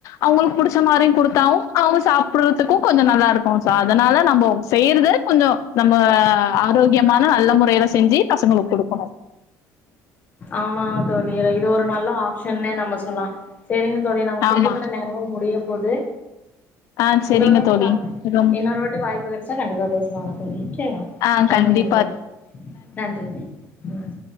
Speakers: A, on the left; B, on the left.
A: அவுங்களுக் புடிச்ச மாரியு குடுத்தாவு அவுங்க சாப் ப்புடுறதுக்கு கொஞ்சோ நல்லா இருக்கு சோ அதனால நம்மோ செய்றது கொஞ்சோ நம்ம ஆரோக்கியமான நல்ல முறையில செ ஞ்சி பசங்களுக்கு குடுக்கணு
B: ஆமா தோழி இது ஒரு நல்ல ஆப்ஷன்னே நம்ம சொல்லா செரிங்க தோழி நமக்
A: ஆமா.
B: குடுக்கப்பட்ட நேரமு முடிய போது
A: ஆ சரிங்க
B: இன்னொரு வாட்டி
A: தோழி.
B: வா
A: ரொம்
B: இன்னொரு வாட்டி வாய்ப்பு கெடச்சா கண்டிப்பா பேசலாமா தோழி செரிங்கமா
A: ஆ
B: நன்றிங்க
A: கண்டிப்பா.
B: தோழி நன்றிங்க ம்